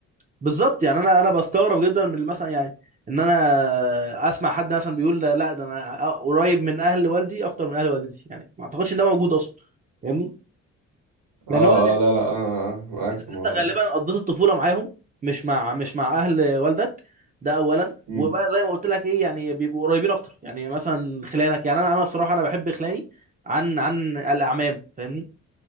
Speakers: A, on the right (about 30°); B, on the right (about 80°).
A: بالظبط يعني انا انا بستغرب جدا من مثلا يعني ان انا اسمع حد مثلا بيقول لا لا، ده انا قريب من اهل والدي اكتر من اهل والدتي يعني ما اعتقدش ان ده موجود اصلا فاهمني
B: اه
A: لان هو لان
B: اه لا لا انا معاك
A: انت
B: في الموضوع
A: غالبا
B: ده
A: قضيت الطفوله معاهم مش مع مش مع اهل والدك ده اولا
B: مم.
A: وبقى زي ما قلت لك ايه يعني بيبقوا قريبين اكتر يعني مثلا خلانك يعني انا انا بصراحه انا بحب خلاني عن عن الاعمام فاهمني